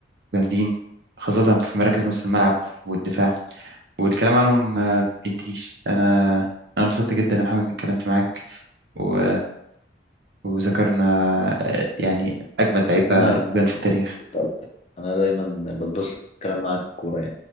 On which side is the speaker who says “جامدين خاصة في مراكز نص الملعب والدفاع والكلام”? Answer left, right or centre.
Right